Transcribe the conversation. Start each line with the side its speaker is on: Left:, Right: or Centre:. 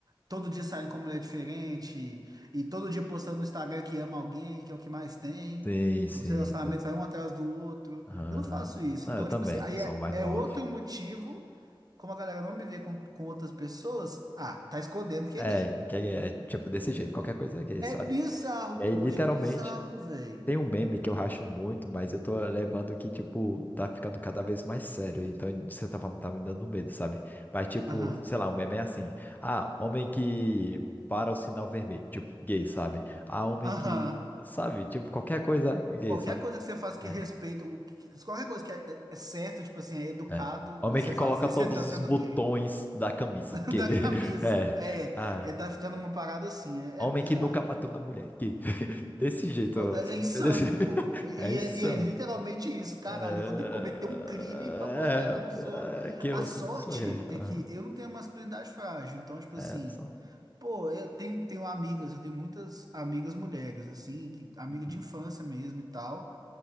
Right: todo dia saindo com uma mulher diferente e todo dia postando no Instagram que ama alguém, que é o que mais tem.
Left: Sim, sim.
Right: Os relacionamentos vai um atrás do outro.
Left: Aham.
Right: Eu não faço isso.
Left: Ah,
Right: Então,
Left: eu também,
Right: tipo assim, aí
Left: sou
Right: é,
Left: mais
Right: é
Left: no off.
Right: outro motivo, como a galera não me vê com, com outras pessoas, ah, tá escondendo que
Left: É,
Right: é gay.
Left: que é, é tipo desse jeito, qualquer coisa aqui,
Right: É
Left: sabe?
Right: bizarro,
Left: E
Right: pô,
Left: aí, literalmente,
Right: hoje é bizarro, velho.
Left: Tem um meme que eu racho muito, mas eu tô levando que, tipo, tá ficando cada vez mais sério. Então, de certa forma, tá me dando medo, sabe? Mas, tipo,
Right: Aham.
Left: sei lá, o meme é assim. Ah, homem que para o sinal vermelho. Tipo, gay, sabe? Ah, homem
Right: Aham.
Left: que, sabe? Tipo, qualquer coisa gay,
Right: Qualquer
Left: sabe?
Right: coisa que você faça que
Left: É.
Right: respeita, o que- qualquer coisa que é, é é certo, tipo assim, é educado
Left: É. Homem
Right: você
Left: que
Right: fazer,
Left: coloca todos
Right: <laughs> você tá
Left: os
Right: sendo
Left: botões
Right: gay.
Left: da camisa.
Right: <laughs>
Left: Gay.
Right: Da camisa.
Left: <laughs> É.
Right: É,
Left: Ah,
Right: é, tá ficando uma parada assim. É,
Left: homem
Right: é bizarro,
Left: que nunca bateu
Right: pô.
Left: na mulher. Gay. <laughs> Desse jeito.
Right: Pô,
Left: os
Right: É, é
Left: memes
Right: insano,
Left: é Desse... <laughs>
Right: pô. E
Left: É isso.
Right: é, e é literalmente isso. Caralho,
Left: É,
Right: eu vou ter que cometer um crime pra mostrar que eu não sou.
Left: é, é que eu
Right: A sorte
Left: sou sou gay.
Right: é
Left: Aham.
Right: que eu não tenho a masculinidade frágil. Então, tipo
Left: É,
Right: assim.
Left: só-
Right: Pô, eu tenho, tenho amigas, eu tenho muitas amigas mulheres, assim, que- amiga
Left: um, uhum.
Right: de infância mesmo e tal.